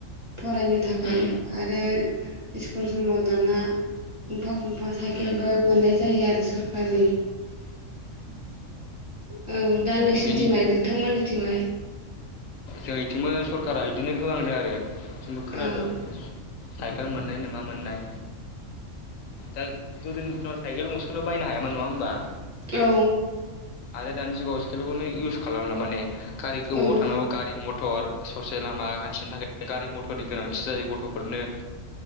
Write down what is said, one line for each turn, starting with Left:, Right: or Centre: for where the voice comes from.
Right: फरायनो थाखाय
Left: उम
Right: आरो। स्कुल समाव दाना गंफां गंफां साय
Left: उम
Right: खेलबो मोननाय जायो आरो सर आरै औ। दा नोंसोरनिथिंलाय
Left: बिनि
Right: नोंथांमोननिथिंलाय।
Left: जोंइथिंबो सरकारा इदिनो होआंदो आरो। जोंबो खोनादों।
Right: औ
Left: साइकेल मोन्नाय नोमा मोन्नाय दा गोदो दिनाव साइकेल गंसे खुनु बायनो हायामोन नङा होमबा।
Right: औ।
Left: आरो दानि जुगाव स्केलखौनो इउस खालामला माने- खारि गोबाव
Right: उम औ
Left: थांबाबो गारि। मटर ससे लामा हान्थिनो थाखाय गारि मथरनि गोनांथि जायो गथ'फोरनो।